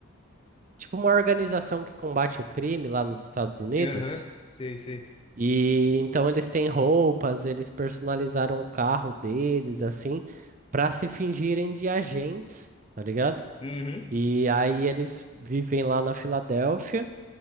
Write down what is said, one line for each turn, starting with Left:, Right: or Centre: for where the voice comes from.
Right: tipo uma organização que combate o crime lá nos Estados Unidos.
Left: Aham, sei, sei.
Right: E então eles têm roupas, eles personalizaram o carro deles assim, para se fingirem de agentes, tá ligado?
Left: Uhum.
Right: E aí eles vivem lá na Filadélfia